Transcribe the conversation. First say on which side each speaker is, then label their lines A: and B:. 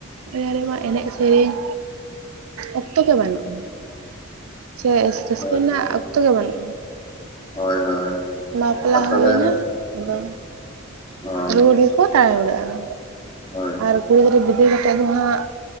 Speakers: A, on the right; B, on the left.
A: ᱚᱱᱟ ᱨᱮᱢᱟ ᱮᱱᱮᱡ ᱥᱮᱨᱮᱧ ᱚᱠᱛᱚ ᱜᱮ ᱵᱟᱹᱱᱩᱜᱼᱟ, ᱥᱮ <unintelligible> ᱨᱟᱹᱥᱠᱟᱹ
B: ᱦᱳᱭ
A: ᱨᱮᱱᱟᱜ
B: ᱦᱳᱭ
A: ᱚᱠᱛᱚ ᱜᱮ ᱵᱟᱹᱱᱩᱜᱼᱟ,
B: ᱦᱳᱭ ᱦᱳᱭ
A: ᱵᱟᱯᱞᱟ
B: ᱟᱨ ᱛᱟᱦᱚᱞᱮ
A: ᱦᱩᱭ ᱱᱟ ᱟᱫᱚ
B: ᱦᱳᱭ
A: ᱨᱩᱣᱟᱹᱲ ᱜᱮᱠᱚ ᱫᱟᱲᱟ ᱵᱟᱲᱟᱜᱼᱟ
B: ᱦᱳᱭ
A: ᱟᱨᱼᱼ ᱠᱩᱲᱤ ᱜᱤᱫᱽᱨᱟᱹ ᱵᱤᱫᱟᱭ ᱠᱟᱛᱮᱫ ᱫᱚ ᱦᱟᱸᱜ